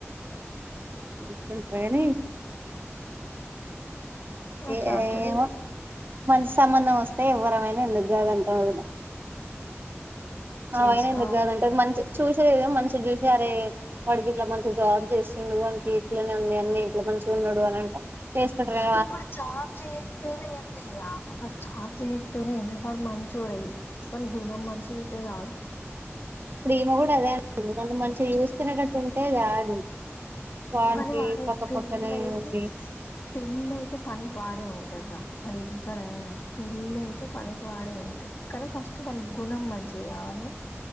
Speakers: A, on the right (about 45°); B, on the left (about 50°).
A: అ అనుకుంటారని ఏ
B: అట్లా అంటాడు
A: ఏమో
B: ఇగ
A: మంచి సంబంధం వస్తే ఎవ్వరమైనా ఎందుకు కాదంటారు వదిన ఆ
B: చేసుకోవాలి
A: అయిన దగ్గాదంటే అది మంచి చూసదేదో మంచి చూసి అరే వాడికి ఇట్లా మంచి జాబ్ చేస్తుండు వాకి ఇట్లనే ఉంది అన్ని ఇ మ మంచిగున్నాడు అనింటే చేసు కుంటారా
B: అరే ఇప్పుడు జాబ్ చేయట్లేదా ఏం లేదా అప్పుడు జాబ్ చేయకపోయినా ఏం మ తోడయి ప గున్న మసి తతే రాాల
A: ఇప్పుడు ఈమె కూడా అదే అంటది నన్ను మంచిగా చూసుకునేటట్టు ఉంటే చాలు వానికి
B: పని వాడే
A: పక్క
B: పిల్లైయితే
A: పక్కనే ఉండి
B: పిళ్ల్లైయితే పని వాడేవంగ రా వాడు ఎవ్వడయ పెళ్లి అయితే పనికి వాడే ఉంగతాడు కానీ ఫస్ట్ మన గుణం మంచి చే కావాలి